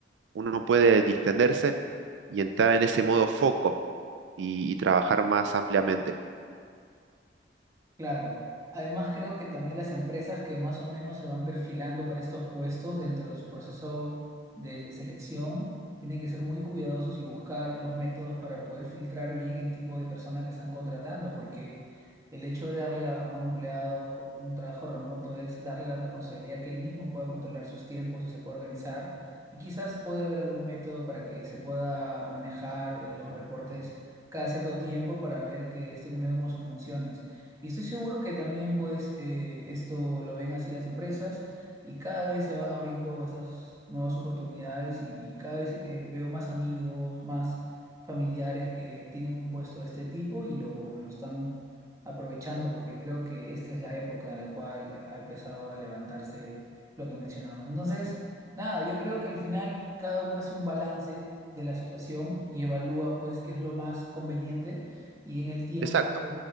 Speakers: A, on the right; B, on the right.
A: uno no puede distenderse y entrar en ese modo foco y y trabajar más ampliamente.
B: Claro. Además, creo que también las empresas que más o menos se van perfilando para estos puestos dentro de su proceso de selección tienen que ser muy cuidadosos y buscar los métodos para poder filtrar bien el tipo de persona que están contratando, porque el hecho de darle a, a un empleado un trabajo remoto es darle la responsabilidad que él mismo pueda controlar sus tiempos y se pueda organizar. Y quizás puede haber algún método para que se pueda manejar los reportes cada cierto tiempo para ver que esté cumpliendo con sus funciones. Y estoy seguro que también, pues, eh, esto lo ven así las empresas y cada vez se van abriendo estas nuevas oportunidades y, y cada vez eh, veo más amigos, más familiares que tienen un puesto de este tipo y lo, lo están aprovechando porque creo que esta es la época en la cual eh, ha empezado a levantarse lo que mencionamos. Entonces, nada, yo creo que al final cada uno hace un balance de la situación y evalúa, pues, qué es lo más conveniente y en el tiempo
A: Exacto,